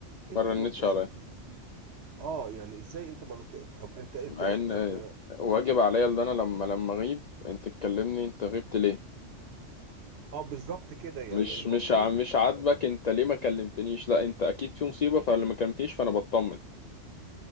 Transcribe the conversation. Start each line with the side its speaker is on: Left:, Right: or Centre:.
Right: انت
Left: ما رنتش
Right: ما اتصلتش
Left: عليا
Right: اه يعني ازاي انت ما لت- طب انت انت
Left: مع
Right: طب
Left: ان واجب عليا اللي انا لما لما اغيب انت تكلمني انت غبت ليه
Right: اه بالظبط كده يعني
Left: مش
Right: المفروض
Left: مش ع- مش عاجبك انت ليه ما كلمتنيش لا انت اكيد في مصيبه فاللي ما كلمتنيش فانا بطمن